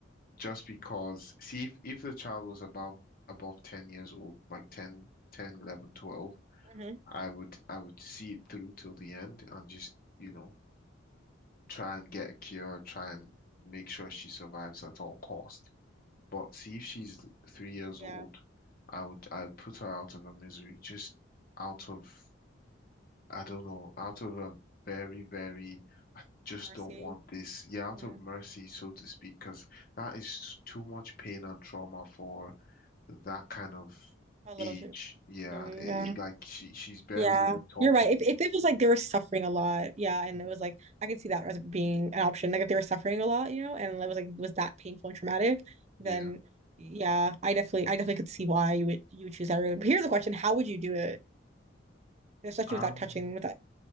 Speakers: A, on the left; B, on the right.
A: Just because, see, if, if the child was above above 10 years old, like ten, ten, 11, 12,
B: Mm-hmm.
A: I would I would see it through till the end and just, you know, try and get a cure, try and make sure she survives at all costs. But see if she's three years
B: Yeah,
A: old, I would I would put her out of her misery, just out of I don't know, out of a very, very I just
B: mercy.
A: don't want this. Yeah, out
B: Yeah,
A: of mercy, so to speak, because that is too much pain and trauma for that kind of
B: a little
A: age.
B: shit.
A: Yeah,
B: Yeah.
A: it, it, like she she's barely
B: Yeah,
A: even talking.
B: you're right. If if it was like they were suffering a lot, yeah, and
A: Mm,
B: it was like I could see that as being an option. Like if they were suffering a lot, you know, and it was like it was that painful and traumatic, then
A: Yeah.
B: yeah, I definitely I definitely could see why you would you would choose that route. But here's the question: How would you do it, especially
A: Um,
B: without touching? Without